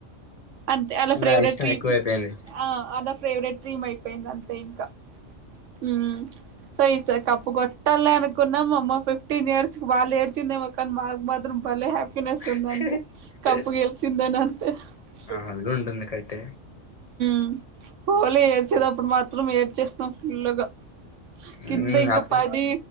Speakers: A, on the right; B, on the left.
A: అంతె ఆళ్ల
B: ఇంగ
A: ఫేవరెట్
B: ఇష్టం
A: డ్రీం
B: ఎక్కువైపోయింది
A: ఆ ఆన్స్ ఫేవరెట్ డ్రీమ్ అయిపోయింది అంతే ఇంక ఉమ్మ్ సో ఈ సారి కప్పు కొట్టల్ల అనుకున్నాం మా అమ్మ ఫిఫ్టీన్ ఇయర్స్ వాళ్ళు ఏడ్చిందేమో కానీ మాకు మాత్రం భలే హప్పినెస్స్ ఉంది
B: మ్హూ.
A: అంతే కప్పు గెలిచిందన అంతే హా
B: అందులో ఉంటంది కైటె
A: ఉమ్ హోలీ ఏడ్చేది అప్పుడు మాత్రం ఏడ్చేస్తాం ఫుల్ గా
B: హ్మ్
A: కింద ఇంగ
B: అతనే
A: పడి